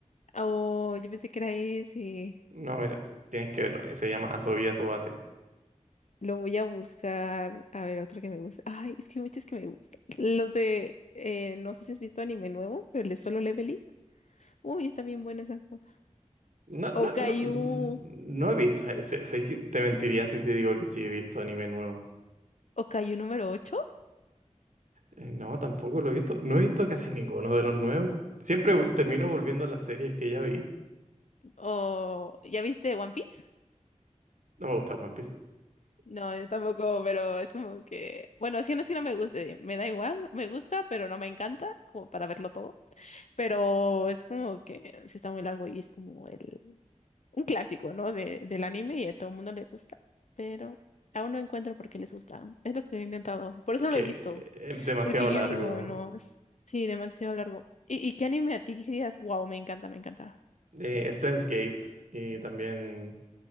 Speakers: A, on the left (about 70°); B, on the right (about 85°).
A: Oh, yo pensé que era ese.
B: No, mira, tienes que verlo. Se llama Asobia Sobase.
A: Lo voy a buscar. A ver, otro que me gusta. Ay, es que hay muchos que me gustan. Los de, eh, no sé si has visto anime nuevo, pero el de Solo Leveling. Uy, está bien buena esa cosa.
B: No, no,
A: O Caillou.
B: no, mm, no he visto ese. ese que te mentiría si te digo que sí he visto anime nuevo.
A: Okayu número ocho
B: Eh, no, tampoco lo he visto. No he visto casi ninguno de los nuevos. Siempre vu- termino volviendo a las series que ya vi.
A: ¿O ya viste One Piece?
B: No me gusta One Piece.
A: No, yo tampoco, pero es como que, bueno, es que no es que no me guste, me da igual, me gusta, pero no me encanta, como para verlo todo, pero es como que sí está muy largo y es como el, un clásico, ¿no? De, del anime y a todo el mundo le gusta, pero aún no encuentro por qué les gusta, es lo que he intentado, por
B: Es
A: eso
B: que
A: lo he visto,
B: eh, es demasiado
A: porque yo
B: largo.
A: digo, no, es- sí, demasiado largo. ¿Y, y qué anime a ti que digas, wow, me encanta, me encanta?
B: Eh, Steins Gate y también